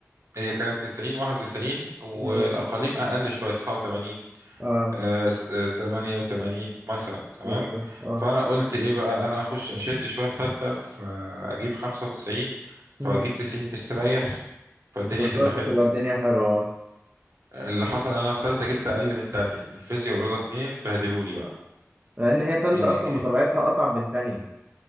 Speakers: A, on the right (about 70°); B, on the right (about 30°).
A: هي كانت 90 91 والأقاليم
B: امم
A: أقل شوية 89
B: اه
A: آه، س- آه، 88 مثلا تمام
B: بالظبط اه
A: فانا قلت ايه بقى انا اخش اشد شويه في ثالثه فاجيب 95 فاجيب
B: امم
A: 90 مستريح فالدنيا
B: بالظبط
A: تبقى حلوه
B: تبقى الدنيا حلوة آه.
A: اللي حصل إن انا في ثالثه جبت اقل من تانية إن الفيزياء ورياضه اتنين بهدلوني بقى
B: لأن هي تالتة
A: ان
B: أصلا بطبيعتها أصعب من تانية